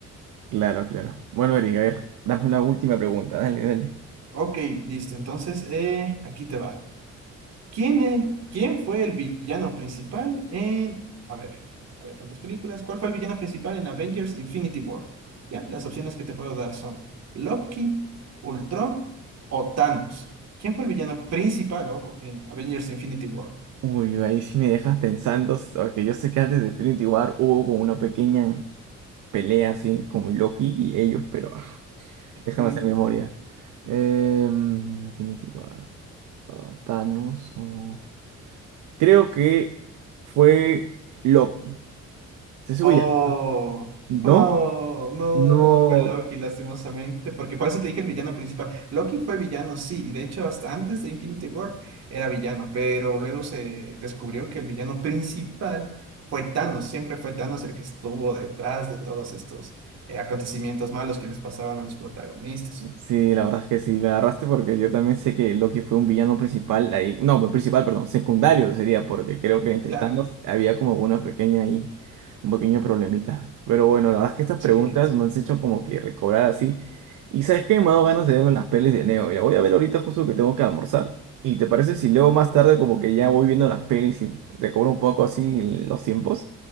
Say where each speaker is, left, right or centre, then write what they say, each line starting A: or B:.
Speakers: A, on the right; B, on the right.
A: Claro, claro. Bueno, erika a ver, dame la última pregunta, dale, dale.
B: Ok, listo, entonces eh, aquí te va. ¿Quién, eh, quién fue el villano principal en... A ver, a ver, tantas películas. ¿Cuál fue el villano principal en Avengers Infinity War? ¿Ya? Las opciones que te puedo dar son Loki, Ultron o Thanos. ¿Quién fue el villano principal, ojo, en Avengers Infinity War?
A: Uy, ahí sí me dejas pensando, s- porque yo sé que antes de Infinity War hubo como una pequeña pelea así con Loki y ellos, pero Déjame
B: Ujú.
A: hacer memoria. Em, Infinity War, ah, Thanos. o- Creo que fue Loki. ¿Te seguro
B: Oh,
A: ya? ¿No?
B: oh, no,
A: No.
B: no fue Loki, lastimosamente, porque por eso te dije el villano principal. Loki fue villano, sí, y de hecho hasta antes de Infinity War era villano, pero luego se descubrió que el villano principal fue Thanos, siempre fue Thanos el que estuvo detrás de todos estos eh, acontecimientos malos que les pasaban a los protagonistas.
A: Sí, la verdad es que sí, me agarraste porque yo también sé que Loki fue un villano principal ahí, no, principal, perdón, secundario sería, porque creo que entre
B: Claro,
A: tantos había como una pequeña ahí, un pequeño problemita. Pero bueno, la verdad es que estas
B: sí,
A: preguntas
B: ex-
A: me han hecho como que recobrar así. Y sabes que me ha dado ganas de verme las pelis de Neo, y la voy a ver ahorita justo que tengo que almorzar. ¿Y te parece si luego más tarde como que ya voy viendo las pelis y recobro un poco así los tiempos?